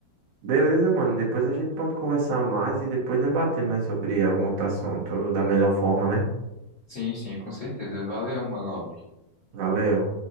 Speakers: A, on the right (about 70°); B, on the left (about 25°).
A: Beleza, mano. Depois a gente pode conversar mais e depois debater mais sobre algum outro assunto da melhor forma, né?
B: Sim, sim, com certeza. Valeu, mano.
A: Valeu.